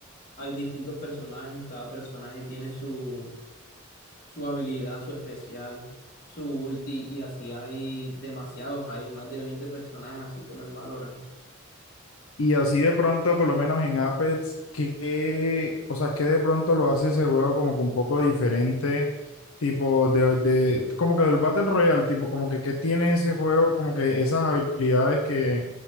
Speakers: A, on the left (about 45°); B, on the left (about 85°).
A: Hay distintos personajes, cada personaje tiene su, su habilidad, su especial, su ulti, y así hay demasiados, hay más de 20 personajes, así como en Valorant.
B: Y así de pronto, por lo menos en Apex, que, o sea, que de pronto lo hace ese juego como que un poco diferente, tipo de, de- como que del Battle Royale, tipo como que qué tiene ese juego, como que esas habilidades que,